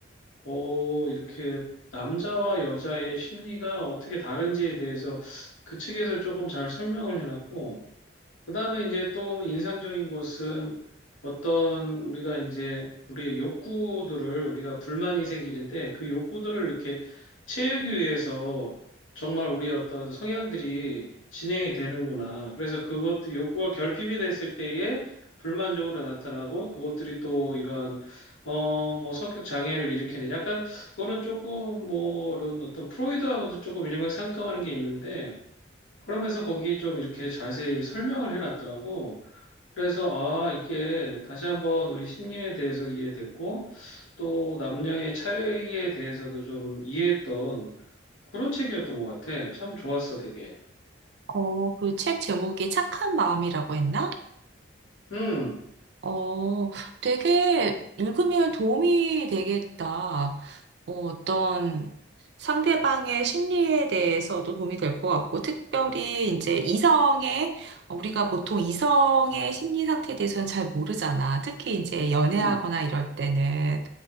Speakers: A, on the left; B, on the right.
A: 어, 이렇게 남자와 여자의 심리가 어떻게 다른지에 대해서 그 책에서 조금 잘 설명을 해놨고 그다음에 이제 또 인상적인 것은 어떤 우리가 이제 우리의 욕구들을 우리가 불만이 생기는데 그 욕구들을 이렇게 채우기 위해서 정말 우리의 어떤 성향들이 진행이 되는구나. 그래서 그것들이 욕구가 결핍이 됐을 때에 불만적으로 나타나고 그것들이 또 이러한 어 뭐 성격 장애를 일으키는 약간 그거는 조금 뭐 이런 어떤 프로이드하고도 조금 일맥상통하는 게 있는데 그러면서 거기 좀 이렇게 자세히 설명을 해놨더라고. 그래서, 아, 이게 다시 한번 우리 심리에 대해서 이해됐고, 또 남녀의 차이에 대해서도 좀 이해했던 그런 책이었던 것 같아. 참 좋았어, 되게.
B: 어, 그 책 제목이 착한 마음이라고 했나?
A: 음,
B: 어, 되게 읽으면 도움이 되겠다. 어, 어떤 상대방의 심리에 대해서도 도움이 될 것 같고, 특별히 이제 이성의, 어, 우리가 보통 이성의 심리 상태에 대해서는 잘 모르잖아. 특히 이제 연애하거나
A: 음,
B: 이럴 때는